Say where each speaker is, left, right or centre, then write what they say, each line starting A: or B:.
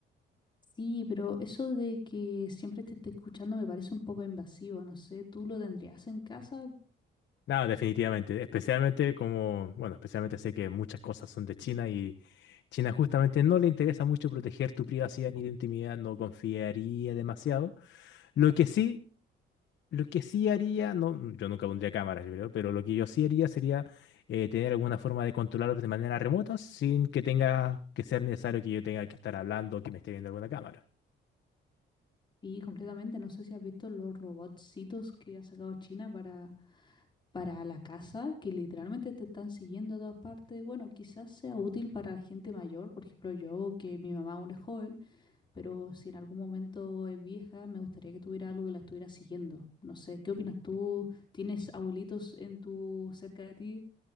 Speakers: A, on the left; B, on the left.
A: Sí, pero eso de que siempre te esté escuchando me parece un poco invasivo, no sé, ¿tú lo tendrías en casa?
B: No, definitivamente. Especialmente como, bueno, especialmente sé que muchas cosas son de China y China justamente no le interesa mucho proteger tu privacidad ni tu intimidad, no confiaría demasiado. Lo que sí, lo que sí haría, no, yo nunca pondría cámaras, yo creo, pero lo que yo sí haría sería eh, tener alguna forma de controlarlos de manera remota sin que tenga que ser necesario que yo tenga que estar hablando o que me esté viendo alguna cámara.
A: Sí, completamente, no sé si has visto los robotcitos que ha sacado China para, para la casa, que literalmente te están siguiendo a todas partes. Bueno, quizás sea útil para la gente mayor, por ejemplo yo, que mi mamá aún es joven, pero si en algún momento es vieja, me gustaría que tuviera algo que la estuviera siguiendo. No sé, ¿qué opinas tú? ¿Tienes abuelitos en tu cerca de ti?